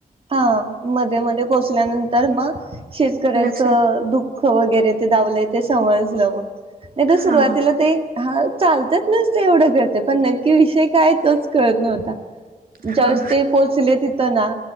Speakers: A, on the right; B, on the right.
A: हा मध्ये मध्ये पोहोचल्यानंतर मग शेतकऱ्याचं
B: लक्षात
A: दुख ख वगैरे ते दावलंय ते समजलं नाही तर
B: हा
A: सुरुवातीला ते हा चालतच नस ते एवढं करते पण नक्की विषय काय तोच कळत नव्हता
B: हा
A: जवेस् ते पोहोचले तिथं ना